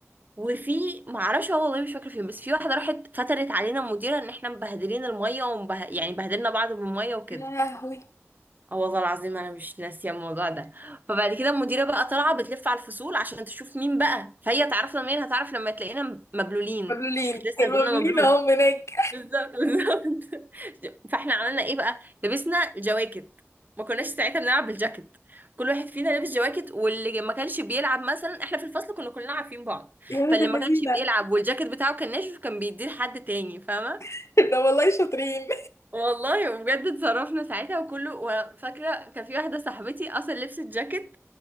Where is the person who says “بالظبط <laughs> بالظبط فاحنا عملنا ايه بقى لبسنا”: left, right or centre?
Right